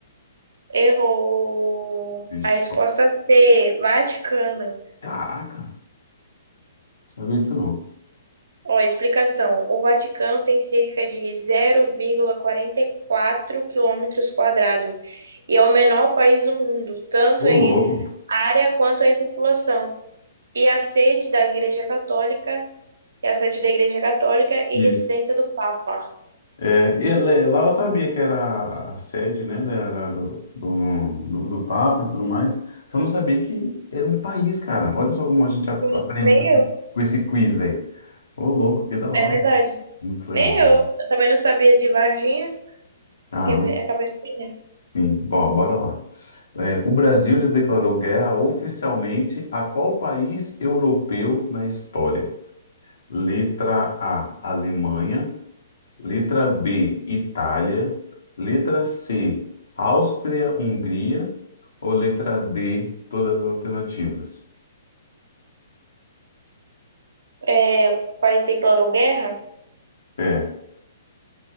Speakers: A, on the right (about 75°); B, on the left (about 75°).
A: errou
B: Ixi,
A: a resposta
B: ó,
A: C, Vaticano.
B: Caraca, não sabia disso não.
A: Ó, explicação. O Vaticano tem cerca de zero vírgula quarenta e quatro quilômetros quadrados e é o menor país do mundo, tanto
B: Ô,
A: em
B: louco.
A: área quanto em população. E a sede da Igreja Católica é a sede da Igreja Católica e
B: Isso.
A: residência do Papa.
B: É, e le- lá eu sabia que era a sede, né, da, da- do, do, do, do Papa e tudo mais. Só não sabia que era um país, cara. Olha só como a gente a-
A: Hum,
B: aprende
A: Nem
B: com esse,
A: eu,
B: com esse quiz, velho. Ô, louco, que da hora.
A: é verdade.
B: Muito legal.
A: Nem eu.
B: né?
A: Eu também não sabia de Varginha.
B: Caramba,
A: Quer ver? Acabei de ver.
B: sim. Bom, bora lá. É, o Brasil já declarou guerra oficialmente a qual país europeu na história? Letra A, Alemanha. Letra B, Itália. Letra C, Áustria-Hungria. Ou letra D, todas as alternativas?
A: É, o país declarou guerra?
B: É.